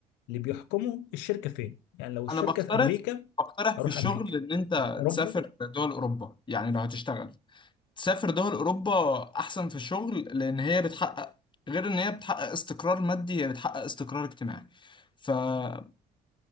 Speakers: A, on the left; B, on the left.
A: اللي بيحكمه الشركة فين يعني لو الشركة
B: انا بقترح
A: في امريكا
B: بقترح
A: اروح
B: في الشغل
A: امريكا
B: ان انت
A: اوروبا
B: تسافر دول اوروبا يعني لو هتشتغل تسافر دول اوروبا احسن في الشغل لان هي بتحقق غير ان هي بتحقق استقرار مادي هي بتحقق استقرار اجتماعي فاوروبا